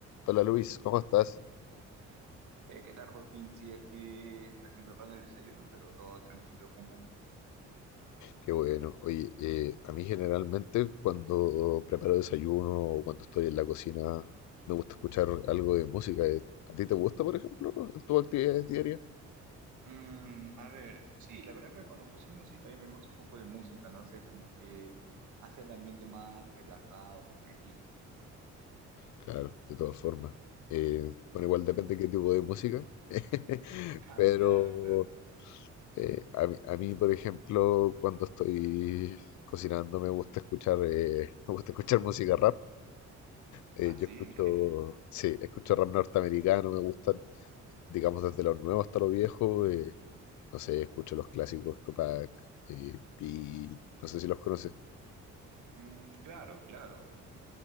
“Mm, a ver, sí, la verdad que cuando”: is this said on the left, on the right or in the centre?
Right